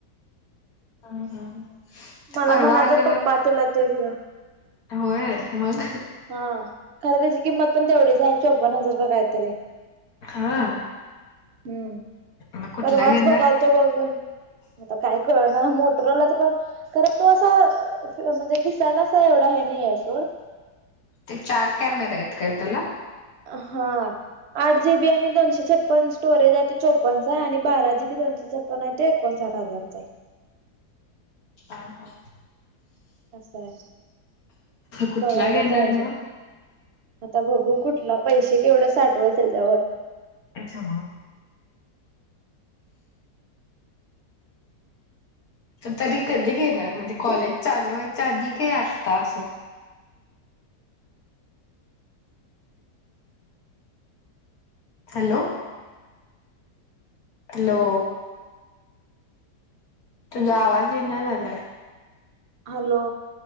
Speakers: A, on the left (about 60°); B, on the right (about 80°).
A: हं हं‌ ते
B: मला
A: पर्वा
B: म्हणालत
A: आलेला
B: पप्पा तुला तो घेऊया.
A: होय मग.
B: खरं त्याची किंमत पण तेवढीच हाय चोपण हजार का काय तरी.
A: हा
B: हम्म
A: मग कुठला
B: परवाच
A: घेणार
B: बघालतो बघ आता काय कळना मोटरवाल्याच पण खर तो असा म्हणजे दिसायला अस एवढा हे नाही आहे सोड
A: ते चार कॅमेरे आहेत का त्याला
B: हा आठ जीबी आणि दोनशे छप पण स्टोरेज आहे ते चोपनचा आहे आणि बारा जी बी दोनशे छप्पन आहे ते एकोणसाठ हजारचा आहे
A: हा, हा
B: असंय
A: कुठला
B: बघायला
A: घेणार
B: पाहिजे
A: मग
B: आता बघू कुठला पैसे केवढे साठवल त्याज्यावर
A: अच्छा तरी कधी घेणार म्हणजे कॉलेज चालू व्हायच आधी का आता असं हॅलो हॅलो तुझा आवाज ईना झालाय
B: हॅलो